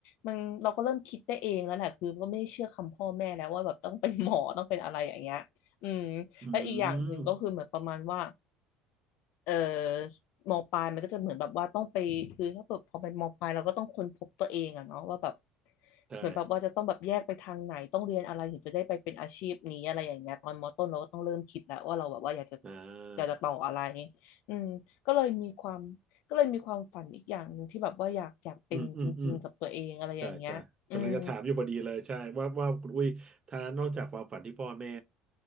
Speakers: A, on the left (about 65°); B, on the right (about 35°).
A: มันเราก็เริ่มคิดได้เองแล้วแหละคือก็ไม่ได้เชื่อคำพ่อแม่แล้วว่าแบบต้องเป็นหมอต้องเป็นอะไรอย่างเงี้ยอืม
B: อื
A: และอีกอย่างหนึ่งก็คือเหมือนประมาณว่า
B: ม
A: เออมปลายมันก็จะเหมือนแบบว่าต้องไปคือถ้าเกิดพอเป็นมปลายเราก็ต้องค้นพบตัวเองอะเนาะว่าแบบ
B: ใช่
A: เหมือนแบบว่าจะต้องแบบแยกไปทางไหนต้องเรียนอะไรถึงจะได้ไปเป็นอาชีพนี้อะไรอย่างเงี้ยตอนมต้นเราก็ต้องเริ่มคิดแล้วว่าเราแบบว่าอยากจะ
B: อ่า
A: อยากจะต่ออะไรอืมก็เลยมีความก็เลยมีความฝันอีกอย่างหนึ่งที่แบบว่าอยากอยากเป็นจริงๆกับตัวเองอะไรอย่างเงี้ยอืม
B: อืมอืมอืมใช่ใช่กำลังจะถามอยู่พอดีเลย ใช่ว่าว่าคุณอุ้ยถ้านอกจากความฝันที่พ่อแม่